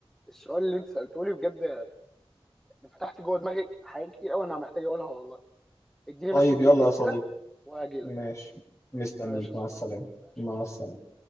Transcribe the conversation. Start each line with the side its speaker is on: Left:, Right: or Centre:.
Centre: السؤال اللي انت سالته لي بجد فتحت جوه دماغي حاجات كتير قوي انا محتاج اقولها والله اديني
Left: طيب
Centre: بس دقيقتين
Left: يلا يا صديقي
Centre: كده وهجيلك
Left: ماشي مستنيك
Centre: ماشي يا
Left: مع
Centre: صديقي
Left: السلامه
Centre: ماشي
Left: مع السلامه